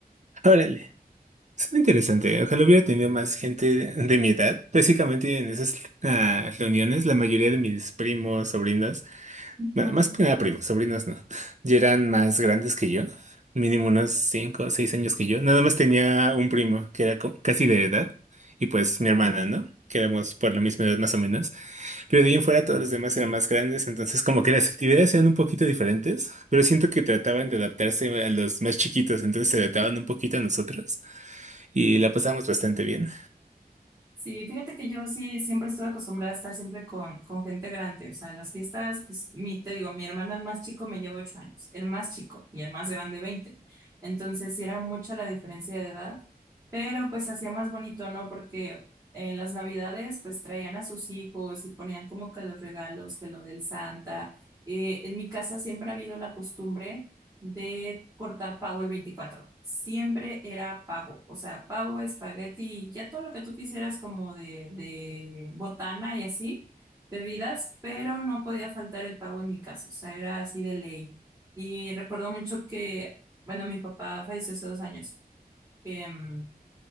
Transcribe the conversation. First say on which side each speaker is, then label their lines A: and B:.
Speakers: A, on the right (about 50°); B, on the right (about 20°).
A: Órale, suena interesante. Ojalá hubiera tenido más gente de mi edad. Básicamente en esas ah, reuniones, la mayoría de mis primos, sobrinos,
B: Ujú.
A: ma- más que nada primos, sobrinos no, ya eran más grandes que yo, mínimo unos cinco o seis años que yo. Nada más tenía un primo que era co- casi de edad y pues mi
B: Ah.
A: hermana, ¿no? Que éramos por la misma edad más o menos. Pero de ahí en fuera todos los demás eran más grandes, entonces como que las actividades eran un poquito diferentes, pero siento que trataban de adaptarse a los más chiquitos, entonces se adaptaban un poquito a nosotros y la pasábamos bastante bien.
B: Sí, fíjate que yo sí siempre estuve acostumbrada a estar siempre con, con gente grande. O sea, en las fiestas, pues, mi, te digo, mi hermano el más chico me lleva ocho años, el más chico y el más grande veinte Entonces, sí era mucha la diferencia de edad, pero pues hacía más bonito, ¿no? Porque en las Navidades, pues traían a sus hijos y ponían como que los regalos, que lo del Santa. Eh, en mi casa siempre ha habido la costumbre de cortar pavo el veinticuatro Siempre era pavo, o sea, pavo, espagueti, ya todo lo que tú quisieras como de, de botana y así, bebidas, pero no podía faltar el pavo en mi caso, o sea, era así de ley. Y recuerdo mucho que, bueno, mi papá falleció hace dos años. em,